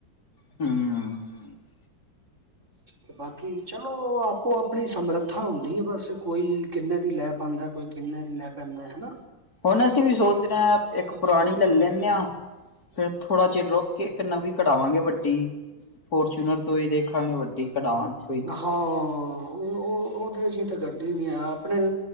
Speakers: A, on the left; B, on the right.
A: ਹਮ
B: ਤੇ ਬਾਕੀ ਚਲੋ ਆਪੋ ਆਪਣੀ ਸਮਰੱਥਾ ਹੁੰਦੀ ਹੈ। ਬਸ ਕੋਈ ਕਿੰਨੇ ਦੀ ਲੈ ਪਾਉਂਦਾ। ਕੋਈ ਕਿੰਨੇ ਦੀ ਲੈ ਪੈਂਦਾ ਹਨਾ।
A: ਹੁਣ ਅਸੀਂ ਵੀ ਸੋਚ ਰਹੇ ਹਾਂ ਇੱਕ ਪੁਰਾਣੀ ਲੈ ਲੈਂਨੇ ਹਾਂ ਫਿਰ। ਥੋੜਾ ਚਿਰ ਰੁਕ ਕੇ ਇਕ ਨਵੀਂ ਕਢਾਵਾਂਗੇ ਵੱਡੀ। ਫੋਰਚੂਨਰ ਤੋਂ ਹੀ ਦੇਖਾਂਗੇ ਵੱਡੀ ਕਢਾਵਾਗੇ।
B: ਹਾਂ ਉਹ ਉਹ ਉਹਦੇ ਚ ਤਾਂ ਗੱਡੀ ਨਹੀਂ ਆਇਆ ਆਪਣੇ